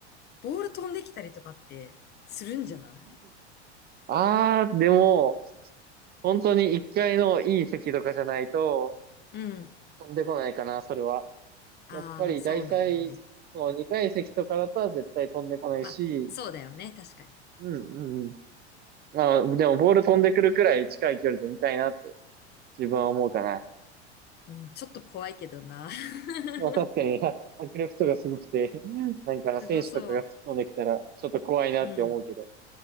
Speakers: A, on the left; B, on the right.
A: ボール飛んできたりとかってするんじゃない
B: ああ、でも、本当に一階のいい席とかじゃないと
A: うん。
B: 飛んでこないかな、それは。
A: ああ、
B: やっぱり大体、
A: そうなんだね。
B: そう、二階席とかだったら絶対飛んでこないし、
A: まあ、そうだよね。確かに。
B: うん、うん、うん。まあ、でもボール飛んでくるくらい近い距離で見たいなって自分は思うかな。
A: うん、ちょっと怖いけどな。<laughs>
B: まあ、確かに、<laughs> 迫力とかすごくて、なんか選手とかが突っ込んできたら、
A: すごそ
B: ちょっと怖いなって思うけど。
A: う。うん、